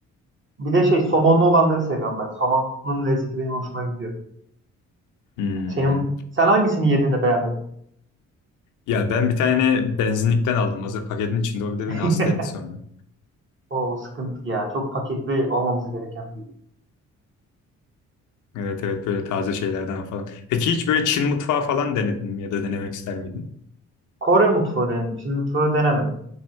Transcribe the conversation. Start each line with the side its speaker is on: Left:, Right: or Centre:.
Right: Bir de şey somonlu olanları seviyorum ben. Somonun lezzeti benim hoşuma gidiyor.
Left: Hmm.
Right: Senin sen hangisini yedin de beğenmedin?
Left: Ya ben bir tane benzinlikten aldım. Hazır paketin içinde. O bir de beni hasta
Right: <laughs>
Left: etti sonra.
Right: O sıkıntı ya. Çok paketli olmaması gereken bir.
Left: Evet evet böyle taze şeylerden falan. Peki hiç böyle Çin mutfağı falan denedin mi ya da denemek ister miydin?
Right: Kore mutfağı denedim. Çin mutfağı denemedim.